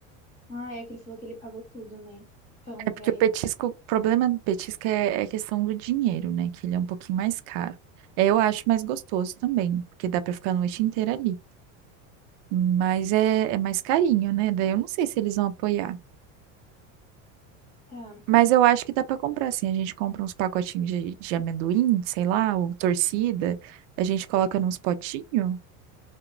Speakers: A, on the left; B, on the right.
A: Ah, é que ele falou que ele pagou tudo, né? Cão,
B: É porque
A: velho.
B: o petisco, o problema do petisco é, é a questão do dinheiro, né? Que ele é um pouquinho mais caro. É, Eu acho mais gostoso também, porque dá pra ficar a noite inteira ali. Mas é, é mais carinho, né? Daí eu não sei se eles vão apoiar.
A: Tá.
B: Mas eu acho que dá pra comprar, assim. A gente compra uns pacotinhos de, de amendoim, sei lá, ou torcida. A gente coloca nos potinhos.